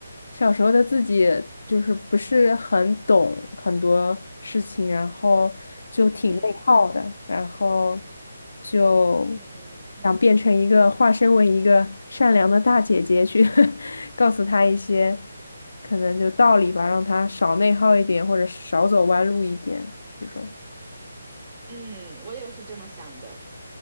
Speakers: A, on the left; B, on the right.
A: 小时候的自己就是不是很懂很多事情，然后就挺内耗的，
B: 嗯
A: 然后就
B: 嗯
A: 想变成一个化身为一个善良的大姐姐去 <laughs> 告诉她一些可能就道理吧，让她少内耗一点，或者少走弯路一点这种。
B: 嗯，我也是这么想的。